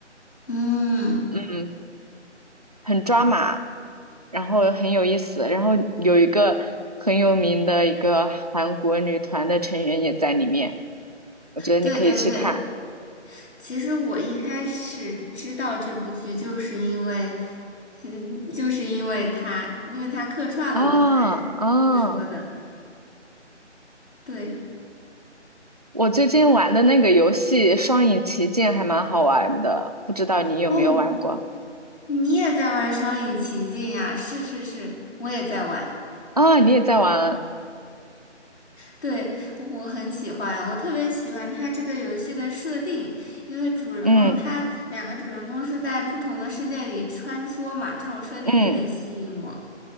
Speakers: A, on the left; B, on the right.
A: 嗯，
B: 嗯，很抓马，然后很有意思，然后有一个很有名的一个韩国女团的成员也在里面，我觉得你可以去看
A: 对对对。其实我一开始知道这部剧，就是因为，嗯，就是因为他，因为他客串了，
B: 啊啊！
A: 我才听说的。对，
B: 我最近玩的那个游戏《双影奇境》还蛮好玩的，不知道你有没有玩过
A: 哦，你也在玩《双影奇境》啊？是是是，我也在玩。
B: 啊？你也在玩？
A: 对，我很喜欢，我特别喜欢它这个游戏的设定，因为主人公他两个主人公是在不同的世界里穿梭嘛，
B: 嗯
A: 这种设定特别吸引我。
B: 嗯。